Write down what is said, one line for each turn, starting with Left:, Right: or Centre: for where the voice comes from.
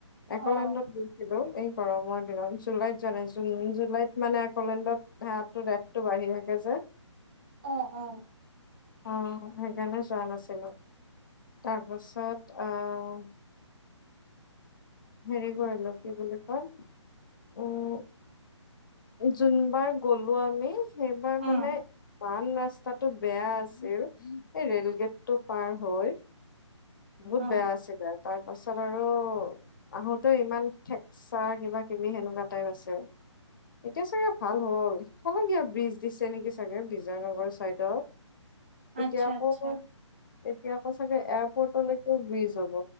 Left: একোলেড্ৰত
Right: অ',
Left: ছিলো এই গৰমৰ দিনত জুলাইত যোৱা নাই, জুন জুলাইত মানে আকলেণ্ডত সেইয়াই ৰেট টো বাঢ়ি থাকে যে।
Right: অ' অ'
Left: আহ সেইকাৰণে যোৱা নাছিলো। তাৰপাছত আহ। হেৰি কৰিলো, কি বুলি কয়। উম যোনবাৰ গ'লো আমি সেইবাৰ
Right: উম,
Left: মানে বান ৰাস্তাত। টো বেয়া আছিল, এই ৰে'ল গেট টো পাৰ হৈ বহুত
Right: অ',
Left: বেয়া আছিলে। তাৰ পাছত আৰু আহোতেও ইমান ঠেকচা কিবা কিবি সেনেকুৱা টাইপ আছিল। এতিয়া চাগে ভাল হ'ল হেইফালে কিবা ব্ৰিজ দিছে নেকি চাগে বিজয়নগৰ চাইডত।
Right: <inaudible>
Left: এতিয়া আকৌ
Right: আচ্ছা।
Left: কৈও তেতিয়া আকৌ চাগে এয়াৰ পট লৈকেও ব্ৰিজ হ'ব